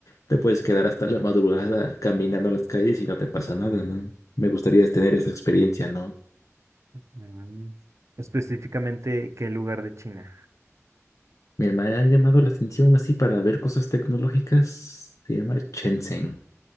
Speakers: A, on the left; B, on the right.
A: te puedes quedar hasta la madrugada caminando las calles y no te pasa nada, ¿no? Me gustaría tener esa experiencia, ¿no?
B: Mm, Específicamente, ¿qué lugar de China?
A: Mira, me ha llamado la atención así para ver cosas tecnológicas. Se llama Shenzhen.